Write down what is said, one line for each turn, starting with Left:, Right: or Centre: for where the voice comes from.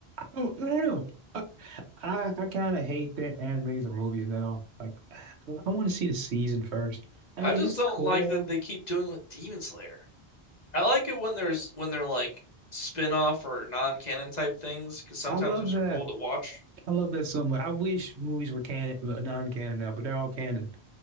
Right: Oh, I don't know. I I, I kind of hate that animes or movies now. Like, I want to see the season first. I
Left: I
Right: mean,
Left: just
Right: it's
Left: don't
Right: cool.
Left: like that they keep doing it with Demon Slayer. I like it when there's when they're like spin-off or non-canon type things because sometimes
Right: I love
Left: those
Right: that.
Left: are cool to watch.
Right: I love that so much. I wish movies were canon, uh, non-canon now, but they're all canon.